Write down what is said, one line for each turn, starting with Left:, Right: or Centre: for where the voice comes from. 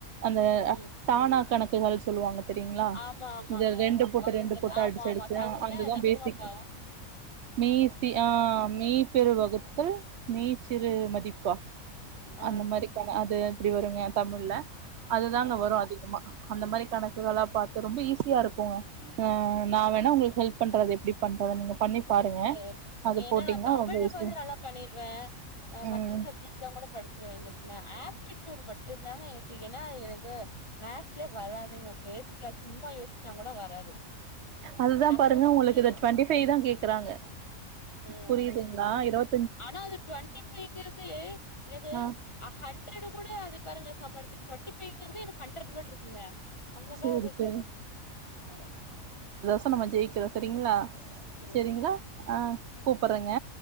Right: அந்த
Left: ம் ம்
Right: டானா கணக்குகள் சொல்லுவாங்க தெரியரிங்களா
Left: ஆமா ஆமாங்க
Right: இந்த ரெண்டு போட்டு
Left: பகுத்தல்
Right: ரெண்டு போட்டு
Left: ஆமா
Right: அடிச்சுடிச்சு
Left: ஆமா தகு என்ன
Right: அந்ததான்
Left: தசமபாகம்
Right: பேசிக் மீசி
Left: தசமபாகம்
Right: ஆஹ் மீ பெருவகு மீ சிறு மதிப்பா
Left: ஆ
Right: அந்த மாதிரான அது அப்டி வருங்க தமிழ்ல அதுதாங்க
Left: ஆ
Right: வரும் அதிகமா அந்த மாதிரி கணக்குகளாம் பார்த்து ரொம்ப ஈஸியா இருக்கும் அஹ் நான் வேணா உங்களுக்கு ஹெல்ப் பண்றது எப்படிப் பண்றதை நீங்க பண்ணி பாருங்க
Left: சேரி
Right: அது
Left: ஏன்னா
Right: போட்டீங்கன்னா
Left: நான் தமிழு
Right: ரொம்ப யூஸ்ஃபுல்
Left: வந்து நல்லா பண்ணிருவேன் அஹ்
Right: ம்
Left: மத்த சப்ஜெக்ட்லாம் கூட படிச்சிருவேன் இந்த மேட்ச்சு ட்ச்சுடு மட்டுந்தான் எனக்கு ஏன்னா எனக்கு மேக்ஸ்ஸே வராது ஏங்க பேசிக்கா சும்மா யோசிச்சாங் கூட வராது
Right: அதுதான்
Left: டக்குனு
Right: பாருங்க
Left: போட்டு
Right: உங்களுக்கு டுவென்ட்டி ஃபைவ் தான் கேக்குறாங்க
Left: ஆ
Right: புரியுதுங்களா இருபத்
Left: ஆனா அது ட்வென்ட்டி ஃபைவ்ங்கிறது எனக்கு
Right: ஆ
Left: அ ஹண்ட்ரடு கூட அது பாருங்க சம்மாலிச்சிது ட்வென்ட்டி ஃபைவ் ங்கிறது எனக்கு ஹண்ரட் மாட் ருக்குங்க அந்த
Right: சேரி
Left: மாரி இருக்கு
Right: சேரி
Left: அது <unintelligible>
Right: சோ நம்ம ஜெயிக்கிறோ செரிங்ளா
Left: சரிங்க
Right: செரிங்கிளா அ
Left: ம்
Right: கூப்பற்றேங்க